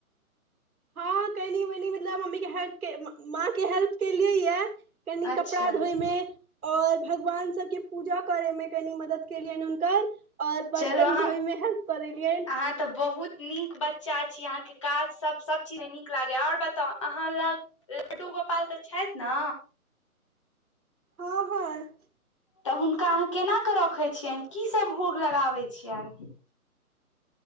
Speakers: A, on the right; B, on the left.
A: हँ कनी मनी मतलब मम्मी के हेल्प के माँ के हेल्प केलियै या कनि
B: अच्छा
A: कपड़ा धोयमे और भगवान सबके पूजा करेमे कनि मदद केलियनि हुनकर और बर्तन
B: चलू अहाँ
A: धोयमे हेल्प कऽ देलियैन
B: अहाँ तऽ बहुत नीक बच्चा छी अहाँ के काज सब सब चीज मे नीक लागैया और बताउ अहाँ ल लड्डू गोपाल तऽ छथि न
A: हँ हँ
B: तऽ हुनका अहाँ केनाक रखै छियनि कीसभ भोग लगाबै छियनि